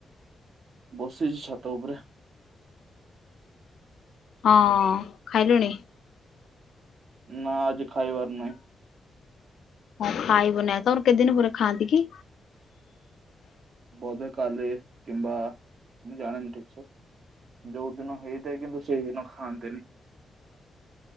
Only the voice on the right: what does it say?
ବସିଛି ଛାତ ଉପରେ।
ନା ଆଜି ଖାଇବାର ନାହିଁ।
ବୋଧେ କାଲି କିମ୍ବା ମୁଁ ଜାଣନି ଠିକ ସେ? ଯୋଉ ଦିନ ହେଇଥାଏ କିନ୍ତୁ ସେଇଦିନ ଖାଆନ୍ତନି।